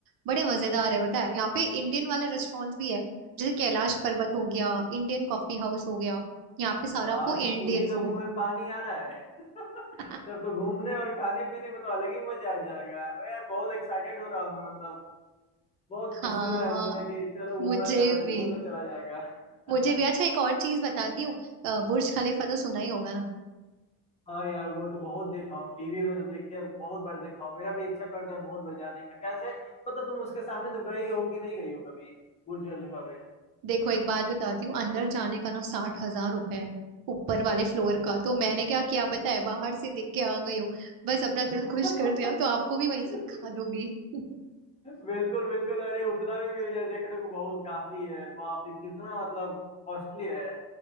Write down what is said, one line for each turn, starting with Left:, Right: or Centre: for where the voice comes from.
Right: बड़े मजेदार है पता है यहाँ पे इंडियन वाले रेस्टोरेंट भी है जैसे कैलाश पर्वत हो गया इंडियन कॉफी हाउस हो गया यहाँ पे सारा
Left: वाह
Right: आपको इंडियन
Left: सुनी का
Right: फूड
Left: मुंह में पानी आ रहा है
Right: <laughs>
Left: <laughs> तब तो घूमने और खाने पीने में तो अलग ही मजा आ जाएगा अरे यार बहुत एक्साइटेड हो रहा हूँ मैं मतलब बहुत खुशी
Right: हाँ
Left: हो रहा है मन में कि चलो घूमना
Right: मुझे
Left: चला
Right: भी
Left: घूमने चला जाएगा <laughs>
Right: मुझे भी अच्छा एक और चीज बताती हूँ अ, बुर्ज खलीफा तो सुना ही होगा ना
Left: हाँ यार वो तो बहुत देखा हूँ टीवी में तो देखिए बहुत बार देखा हूँ मेरा भी इच्छा करता है बहुत बार जाने का कैसे मतलब तुम उसके सामने तो गई हो कि नहीं गई हो कभी बुर्ज खलीफा में
Right: देखो एक बात बताती हूँ अंदर जाने का ना साठ हजार रुपए है ऊपर वाले फ्लोर
Left: बाप
Right: का तो मैंने
Left: रे
Right: क्या किया पता है बाहर से देख के आ गई हूँ बस अपना
Left: <laughs>
Right: दिल खुश कर दिया तो आपको भी वहीं से दिखा दोगी <laughs>
Left: बिल्कुल बिल्कुल अरे उतना भी मिल जाए देखने को बहुत काफी है बाप रे कितना मतलब कॉस्टली है